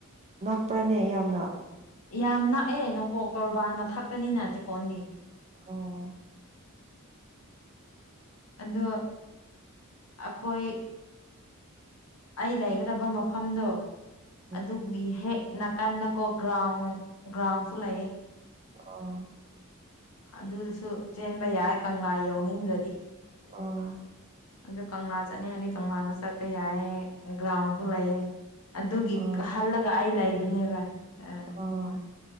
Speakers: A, on the right; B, on the left.
A: ꯅꯛꯄ꯭ꯔꯥꯅꯦ ꯌꯥꯝꯅ
B: ꯌꯥꯝ ꯅꯥꯛꯑꯦ ꯅꯣꯡꯄꯣꯛ ꯇꯣꯔꯕꯥꯟ ꯃꯊꯛꯇꯅꯤꯅ ꯆꯤꯀꯣꯟꯗꯤ
A: ꯑꯣ
B: ꯑꯗꯣ ꯑꯩꯈꯣꯏ ꯑꯩ ꯂꯩꯒꯗꯕ ꯃꯐꯝꯗꯣ
A: ꯎꯝ
B: ꯑꯗꯨꯕꯨꯅꯤ ꯍꯦꯛ ꯅꯥꯀꯟꯗꯀꯣ ꯒ꯭ꯔꯥꯎꯟ ꯒ꯭ꯔꯥꯎꯟꯁꯨ ꯂꯩ
A: ꯑ
B: ꯑꯗꯨꯗꯨꯁꯨ ꯆꯦꯟꯕ ꯌꯥꯏ ꯀꯪꯂꯥ ꯌꯥꯎꯅꯤꯡꯗ꯭ꯔꯗꯤ
A: ꯑꯣ
B: ꯑꯗꯨ ꯀꯪꯂꯥ ꯆꯠꯅꯤꯡꯉꯗꯤ ꯀꯪꯂꯥꯁꯨ ꯆꯠꯄ ꯌꯥꯏꯌꯦ ꯒ꯭ꯔꯥꯎꯟꯁꯨ ꯂꯩꯌꯦ ꯑꯗꯨꯒꯤ
A: ꯑꯣ ꯑꯣ
B: ꯍꯜꯂꯒ ꯑꯩ ꯂꯩꯕꯅꯦ ꯚꯥꯏ ꯑ
A: ꯑꯣ
B: ꯍꯣꯏ